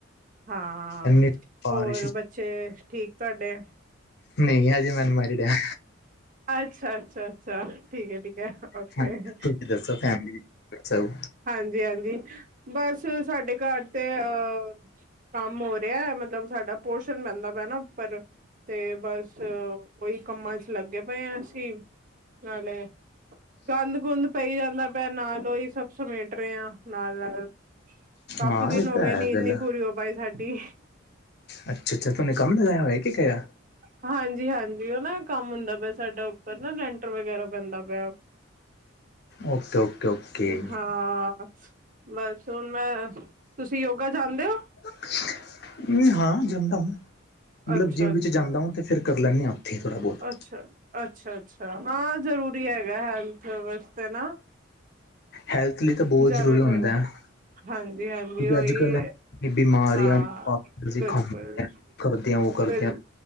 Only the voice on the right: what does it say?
ਹਾਂ,
ਹੋਰ ਬੱਚੇ ਠੀਕ ਤੁਹਾਡੇ?
ਅੱਛਾ -ਅੱਛਾ ਅੱਛਾ, ਠੀਕ ਹੈ ਠੀਕ ਹੈ, ਓਕੇ
ਹ
ਹਾਂਜੀ ਹਾਂਜੀ, ਬਸ ਸਾਡੇ ਘਰ ਤੇ ਅਹ ਕੰਮ ਹੋ ਰਿਹਾ ਮਤਲਬ, ਸਾਡਾ ਪੋਸ਼ਣ ਪੈਂਦਾ ਪੈ ਨਾ ਉੱਪਰ ਤੇ ਬਸ, ਉਓਹੀ ਕੰਮਾਂ 'ਚ ਲੱਗੇ ਪਏ ਹਾਂ ਅਸੀਂ, ਨਾਲੇ ਗੰਦ- ਗੁੰਦ ਪਈ ਜਾਂਦਾ ਮੈਂ ਨਾਲੋਂ ਹੀ ਸਭ ਸਮੇਟ ਰਹੇ ਹਾਂ, ਨਾਲ - ਨਾਲ। ਕਾਫੀ
ਦਿਨ
ਹੋ
ਗਏ, ਨੀਂਦ
ਨੀ ਪੂਰੀ ਹੋ ਪਾਈ ਸਾਡੀ।
ਹਾਂਜੀ ਹਾਂਜੀ ਉਹ ਨਾ ਕੰਮ ਹੁੰਦਾ ਪਿਆ ਸਾਡਾ, ਉੱਪਰ ਨਾ ਲੈਂਟਰ ਵਗੈਰਾ ਪੈਂਦਾ ਪਿਆ।
ਹਾਂ। ਬਸ ਹੁਣ ਮੈਂ, ਤੁਸੀਂ ਯੋਗਾ ਜਾਦੇ ਹੋ?
ਅੱਛਾ-ਅੱਛਾ
ਅੱਛ, ਅੱਛਾ, ਅੱਛਾ ਹਾਂ। ਜ਼ਰੂਰੀ ਹੈਗਾ ਹੈਲਥ ਵਾਸਤੇ ਨਾ।
ਜਾਣਾ
ਚਾਹੀਦਾ
ਹਾਂਜੀ-ਹਾਂਜੀ ਉਹੀ
ਹਾਂ
ਬਿਲਕੁਲ
ਬਿਲ